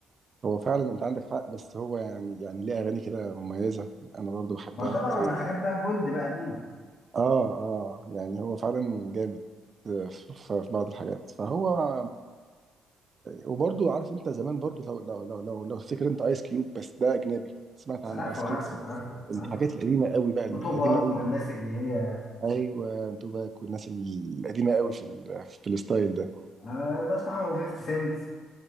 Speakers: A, on the right (about 40°); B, on the left (about 50°).
A: هو فعلا انت عندك حق بس هو يعني يعني ليه اغاني كده مميزه انا برضو بحبها
B: ما طبعا
A: زي
B: حاجات بقى جولد بقى قديمه
A: اه اه يعني هو فعلا جامد في في- في بعض الحاجات فهو آه، وبرضو عارف انت زمان برضو لو لو لو لو, لو تفتكر انت ايس كيوب بس ده اجنبي سمعت عن
B: عارفه
A: ايس
B: عارفه
A: كيوب
B: عارفه
A: الحاجات
B: عارفه
A: القديمه قوي بقى القديمه
B: وتوباك
A: قوي
B: والناس اللي هي
A: ايوه توباك والناس القديمه قوي في ال- في الستايل ده
B: انا بسمعهم و50 سنت